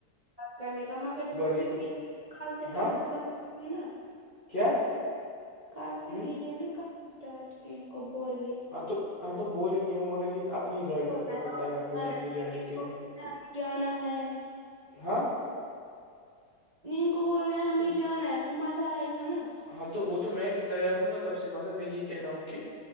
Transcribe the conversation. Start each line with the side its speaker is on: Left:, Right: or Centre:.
Right: کرنے کا مگر جب اپ
Left: یہ کچھ
Right: ک سے کم
Left: ہاں
Right: سے کم کرے نا
Left: کیا
Right: کل سے
Left: ہ
Right: کیجیے نا کٹٹ کے ان کو بولیے
Left: ہاں تو ہاں تو بولیں گے وہ مگر یہ اپنی گاڑیوں
Right: بولنا
Left: میں مطلب
Right: ہے آپ
Left: تیار
Right: کو
Left: ہو
Right: جانا
Left: جائیں گے
Right: ہے
Left: جانے
Right: کہ نہیں، ان
Left: کے
Right: کو
Left: لیے
Right: بولنا ہے ہمیں جانا ہے
Left: ہاں
Right: نیند کو بولنا ہے ہمیں
Left: کیا
Right: جانا ہے پھر مزہ آئے گا نا
Left: ہاں تو وہ تو میں بھی تیار ہوں نا تب سے مگر میں یہ کہہ رہا ہوں کہ